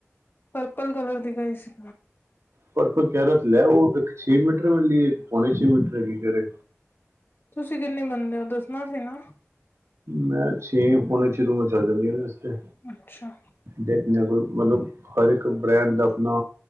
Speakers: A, on the left; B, on the right.
A: ਪਰਪਲ ਕਲਰ ਦੀ ਕਹਿਈ ਸੀ
B: ਪਰ ਫਿਰ ਕਹਿ ਰਿਹਾ ਲੈ, ਉਹ ਇੱਕ ਛੇ ਮੀਟਰ ਮਿਲੀਏ, ਤੇ ਇਕ ਪੌਣੇ ਛੇ ਮੀਟਰ ਹੈਗੀ, ਕਹਿ ਰਹੇ
A: ਤੁਸੀਂ ਜਿੰਨੀ ਬੰਣਦੇ ਹੋ, ਦੱਸਣਾ ਸੀ ਨਾ।
B: ਮੈਂ ਛੇ ਪੋਨੇ ਛੇ ਤੋ ਉਪਰ ਚੱਲ ਜਾਂਦੀਆ ਨੇ ਵਾਸਤੇ
A: ਅੱਛਾ
B: ਦੇਖ ਲਿਆ ਕਰੋ ਮਤਲਬ ਹਰ ਇੱਕ ਬ੍ਰੈਂਡ ਦਾ ਆਪਣਾ,